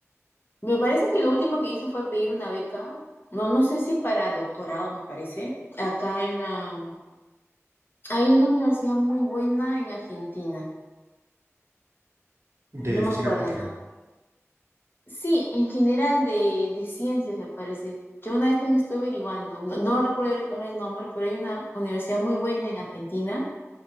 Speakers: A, on the left; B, on the right.
A: Me parece que lo último que hizo fue pedir una beca, no, no sé si para doctorado, me parece, acá en la... Hay una universidad muy buena en Argentina,
B: De
A: no me
B: física
A: acuerdo,
B: cuántica.
A: no, Sí, en general de, de ciencias me parece. Yo una vez también estoy averiguando, no, no recuerdo ahora el nombre, pero hay una universidad muy buena en Argentina,